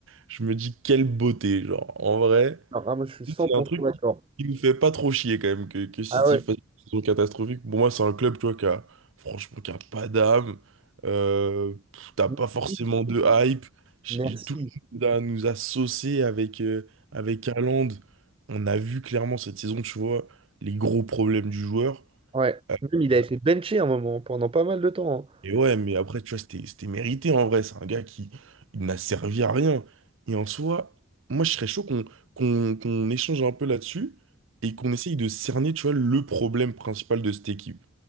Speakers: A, on the right; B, on the right.
A: je me dis quelle beauté, genre, en vrai.
B: Alors, ah, moi, je suis cent
A: C'est
B: pour
A: un truc
B: cent d'accord.
A: qui, qui nous fait pas trop chier quand même que, que City
B: Ah ouais,
A: fasse une saison catastrophique. Pour moi, c'est un club, tu vois, qui a, franchement, qui a pas d'âme. Euh, pff, t'as
B: merci.
A: pas forcément de hype. J-
B: merci.
A: j- Tout le monde a- nous a saucé avec, euh, avec Haaland. On a vu clairement cette saison, tu vois, les gros problèmes du joueur.
B: Ouais.
A: Euh,
B: Même, il a
A: euh,
B: été benché un moment, pendant pas mal de temps. hein.
A: Et ouais, mais après, tu vois, c'était c'était mérité en vrai. C'est un gars qui il n'a servi à rien. Et en soi, moi, je serais chaud qu'on qu'on qu'on échange un peu là-dessus et qu'on essaye de cerner, tu vois, le problème principal de cette équipe.